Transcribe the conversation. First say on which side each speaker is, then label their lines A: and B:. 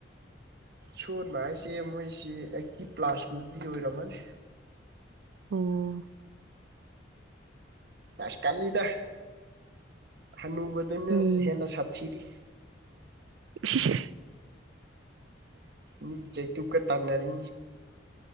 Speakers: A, on the right; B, on the right.
A: ꯁꯣꯟꯕ ꯍꯥꯏꯁꯦ ꯃꯣꯏꯁꯤ ꯑꯩꯛꯇꯤ ꯄ꯭ꯂꯥꯁꯀꯗꯤ ꯑꯣꯏꯔꯝꯃꯅꯤ
B: ꯑꯣ
A: ꯑꯥꯁ ꯀꯜꯂꯤꯗ ꯍꯅꯨꯕꯗꯨꯅ
B: ꯎꯝ
A: ꯍꯦꯟꯅ ꯁꯥꯊꯤꯔꯤ
B: <inaudible>
A: ꯃꯤꯆꯦ ꯇꯨ ꯀ ꯇꯥꯟꯅꯔꯤ